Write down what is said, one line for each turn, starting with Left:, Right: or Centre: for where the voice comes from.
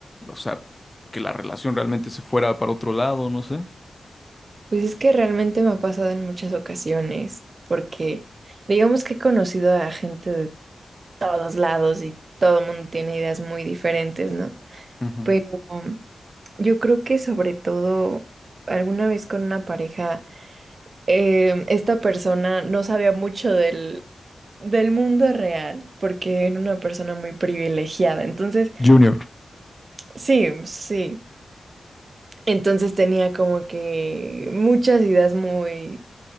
Left: o sea, que la relación realmente se fuera para otro lado, no sé?
Right: Pues es que realmente me ha pasado en muchas ocasiones, porque digamos que he conocido a gente de todos lados y todo el mundo tiene ideas muy diferentes, ¿no?
Left: Ujú.
Right: Pero Yo creo que sobre todo alguna vez con una pareja, eh, esta persona no sabía mucho del, del mundo real porque era una persona muy privilegiada. Entonces,
Left: Junior.
Right: sí, sí. Entonces tenía como que muchas ideas muy...